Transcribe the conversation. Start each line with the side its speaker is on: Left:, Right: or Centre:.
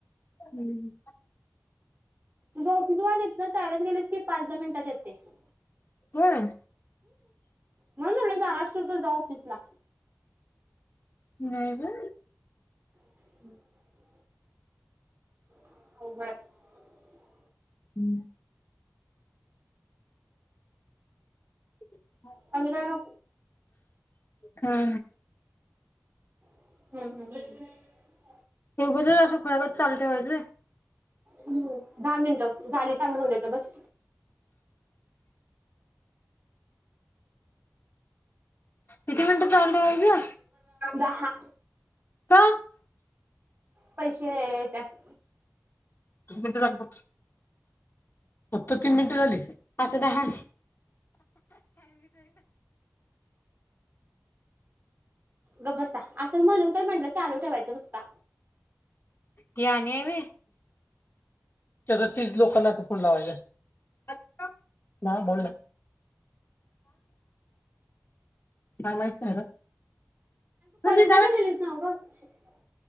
Left: हम्म
Right: तुझं ऑफिस इथनं चालत गेलेस की पाच दहा मिनटात येतं. ते.
Left: हम.
Right: म्हणलं ना तुला जा. आजपासून जा आफिसला.
Left: हम्म अ
Right: <inaudible> <unintelligible>
Left: हम्म <unintelligible>
Right: अंग न
Left: हा.
Right: हम्म हम्म ह्.
Left: ते उगाच च आस खुल्या गत चलतेेवायजे.
Right: हम्. दहा मिनिटं झालीत आ्ही होनयच बस
Left: किती मिनिटं चालते वईज
Right: दहा.
Left: का?
Right: पैसे त्यात
Left: तु झा बस फक्त तीन मिनटं झाली असं दहा
Right: गप बसा असंच म्हणून तर म्हंटलं चालू ठेवायचं नुसता.
Left: ही अनी हाय व्हय त्या त्या तीस लोकांना फोन लावायचा <unintelligible> काय माहित नाही ग
Right: <unintelligible>